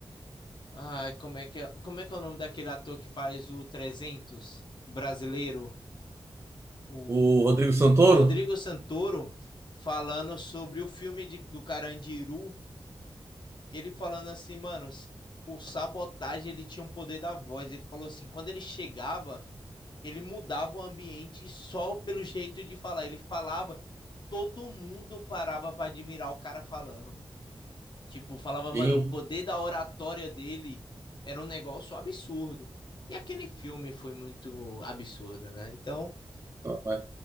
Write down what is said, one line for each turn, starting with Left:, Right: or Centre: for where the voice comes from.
Left: Ai, como é que é, como é que é o nome daquele ator que faz o 300 brasileiro? O
Right: O Rodrigo Santoro?
Left: Rodrigo Santoro falando sobre o filme de- do Carandiru. Ele falando assim, mano, se- o Sabotagem ele tinha um poder da voz. Ele falou assim, quando ele chegava, ele mudava o ambiente só pelo jeito de falar. Ele falava, todo mundo parava para admirar o cara falando. Tipo, falava, mano,
Right: Sim.
Left: o poder da oratória dele era um negócio absurdo. E aquele filme foi muito absurdo, né? Então,
Right: Ah,